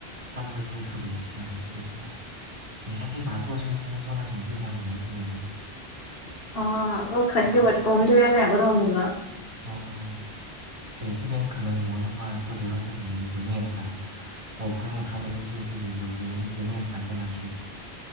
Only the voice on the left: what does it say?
啊、不过可惜我我们这边买不到馍，